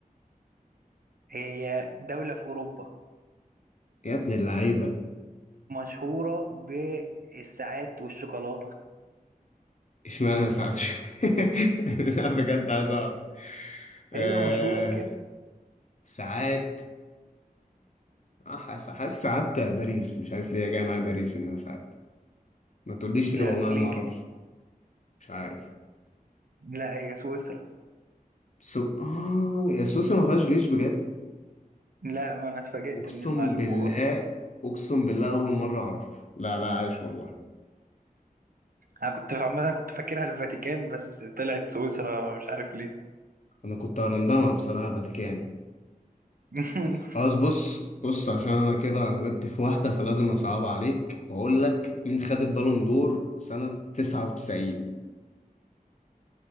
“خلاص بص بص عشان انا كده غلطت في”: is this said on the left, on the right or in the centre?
Left